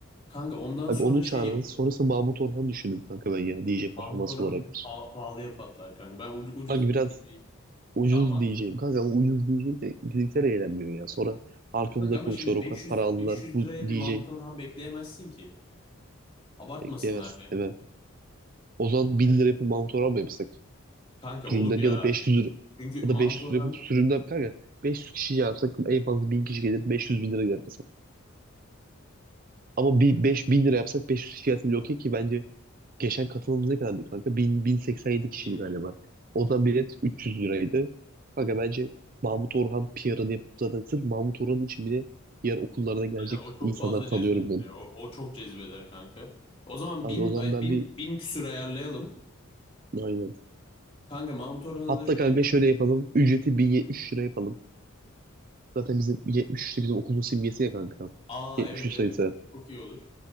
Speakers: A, on the left (about 25°); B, on the right (about 40°).
A: kanka ondan
B: Abi
A: sonra
B: onu
A: şey
B: çağırırız.
A: yapalım.
B: Sonrası Mahmut Orhan düşündüm kanka ben ya DJ
A: Mahmut
B: performans
A: Orhan
B: olarak.
A: pa- pahalıya patlar kanka. Ben ucu- ucuz
B: Kanka
A: bir
B: biraz
A: DJ,
B: ucuz
A: damat.
B: diyeceğim. Kanka ama ucuz diyeceğim de bizimkiler eğlenmiyor ya. Sonra arkamızda
A: Kanka ama
B: konuşuyor
A: şimdi
B: o
A: 500
B: kadar para aldılar.
A: 500
B: Bu
A: liraya
B: DJ
A: bir Mahmut Orhan bekleyemezsin ki. Abartmasınlar
B: bekleyemez.
A: yani.
B: Evet. O zaman 1000 lira yapıp Mahmut Orhan mı yapsak?
A: Kanka
B: Sürümden
A: olur ya.
B: ya da 500 lira.
A: Çünkü
B: Ya
A: Mahmut
B: da 500
A: Orhan
B: lira yapıp sürümden kanka 500 kişi yapsak en fazla 1000 kişi gelir. 500 bin lira gelir Ama bir beş bin lira yapsak 500 fiyatı bile okey ki bence geçen katılımımız ne kadardı kanka? 1000, yedi kişiydi
A: bin.
B: galiba. O zaman bilet 300 liraydı. Kanka bence Mahmut Orhan PR'ını yapıp zaten sırf Mahmut Orhan için bile diğer okullardan gelecek
A: Aynen, o çok
B: insanlar
A: fazla
B: tanıyorum
A: cezbeder.
B: ben.
A: ya. O, o çok cezbeder kanka. O zaman
B: Kanka
A: bin,
B: o zaman
A: ay-
B: ben
A: bin,
B: bir
A: bin küsür ayarlayalım.
B: aynen.
A: Kanka Mahmut Orhan'a
B: Hatta
A: da şöyle
B: kanka
A: bir
B: şöyle yapalım. Ücreti 1073 lira yapalım. Zaten bizim 73 de bizim okulun simgesi ya kanka.
A: aa
B: 73
A: evet evet
B: sayısı.
A: çok iyi olur.